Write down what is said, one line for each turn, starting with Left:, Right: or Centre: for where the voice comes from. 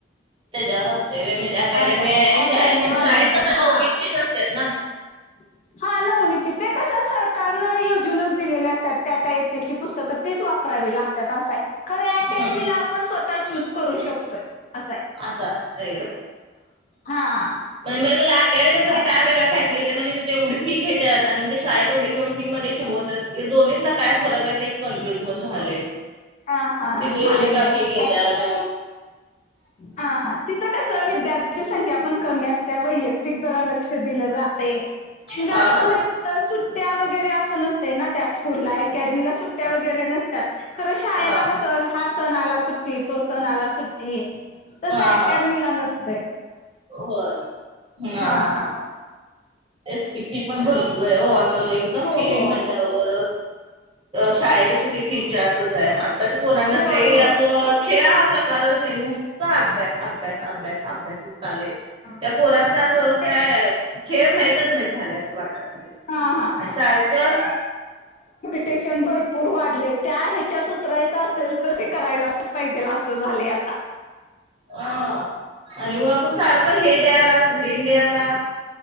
Right: त्याच्यावर असते म्हणजे अकॅडमी
Left: असं
Right: आहे आणि
Left: अकॅडमी
Right: शाळेत आणि
Left: वाल्यांचं
Right: शाळेत कस नवनीतची
Left: हा
Right: असतात ना.
Left: <inaudible> हा नवनीतची ते कसं सरकारनं योजूनच दिलेले असतात त्या त्या ईतेची पुस्तकं. तीच वापरावी लागतात असाय खरे अकॅडमीला
Right: हा
Left: आपण स्वतः चूज करू शकतोय असाय.
Right: असं असते
Left: हा
Right: होयमला अकॅडमी मध्ये
Left: असं
Right: काय वेगळ्या फॅसिलिटी. म्हणजे तिथे एवढी फी घेतात आणि ते शाळेत एवढी कमी फी मध्ये शिकवतात.
Left: हं.
Right: दोन्हीला काय फरक आहे तेच कन्फ्युज मधे झाले.
Left: हां हां.
Right: तिथे
Left: नाही
Right: एवढी का
Left: नाही.
Right: फी घेतात.
Left: हा हा तिथ कस विद्यार्थ. कमी असतात वैयक्तिक जरा लक्ष दिलं जातंय जास्त
Right: हा हा
Left: म्हणजे. सुट्ट्या वगैरे असं नसते ना त्या स्कूल ला अकॅडमीला सुट्ट्या वगरे नस खरं शाळे
Right: हा
Left: ना कस हा सण आला सुट्टी तो सण आला सुट्टी. तस
Right: हा
Left: अकॅडमीला
Right: हा
Left: नसतय.
Right: होय, हा
Left: हां.
Right: ह ह. एस की फी पण भरपूर आहे हो असं एकदम
Left: हो,
Right: फी
Left: हो.
Right: म्हणलं. शाळेपेक्षा फी असच आहे. त्याच्या कोनालेही
Left: होय, होय.
Right: असं. खेळ हा प्रकारच नाही नुकता अभ्यास अभ्यास अभ्यास अभ्यासच चाललाय.
Left: हां,
Right: त्या
Left: हां.
Right: पोरास असं
Left: ते
Right: काय खेळ माहिती. नाही झाले असं वाटालय
Left: हा हा
Right: आणि सारखं.
Left: पेशंन भरपूर वाढले त्या, हेच्यात उतरायचं असेल, तर ते करायलाच पाहिजेल असं झालंय आता.
Right: अ.. आणि मग सारखं हे डे आला ग्रीन डे आला.